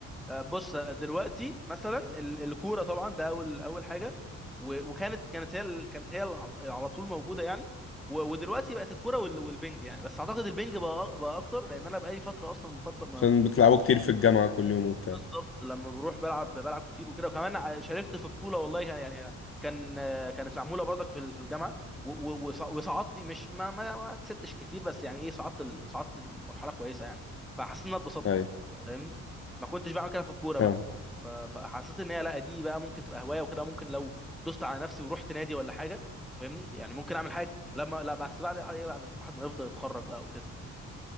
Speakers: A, in the centre; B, on the left.
A: آه، بص دلوقتي مثلا ال- الكوره طبعا ده اول اول حاجه و- وكانت كانت هي ال- كانت هي الع- على طول موجوده يعني و- ودلوقتي بقت الكوره وال- والبنج يعني بس اعتقد البنج بقى بقى اكتر لان انا بقالي فتره اصلا مفطر
B: عشان بتلعبوا كتير في الجامعة كل يوم وبتاع
A: بالظبط لما بروح بلعب بلعب كتير وكده وكمان ع- شاركت في بطوله والله كان- يعني كان كانت معموله برضك في ال- في الجامعه و- و- وص- وصعدت مش ما ما, ما كسبتش كتير بس يعني ايه صعدت ال- صعدت المرحله كويسه يعني فحسيت ان انا اتبسطت
B: أيوة
A: فاهمني ما كنتش بعمل كده في الكوره
B: فاهم
A: بقى ف- فحسيت ان هي لا دي بقى ممكن تبقى هوايه وكده ممكن لو دوست على نفسي ورحت نادي ولا حاجه فاهمني يعني ممكن اعمل حاجه لما لا بس بعد ايه بعد ما الواحد ما يفضل يتخرج بقى وكده